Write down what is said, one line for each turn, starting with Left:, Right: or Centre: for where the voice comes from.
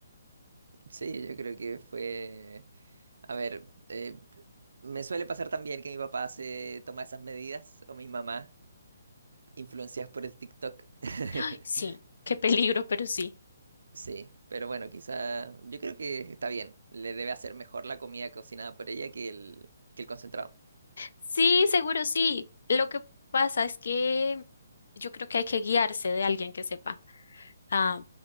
Right: Sí, yo creo que fue... A ver, eh, me suele pasar también que mi papá se toma esas medidas, o mi mamá, influenciadas por el TikTok. <laughs>
Left: <laughs> sí, qué peligro, pero sí.
Right: Sí, pero bueno, quizá yo creo que está bien. Le debe hacer mejor la comida cocinada por ella que el, que el concentrado.
Left: Sí, seguro sí. Lo que pasa es que yo creo que hay que guiarse de alguien que sepa. ah,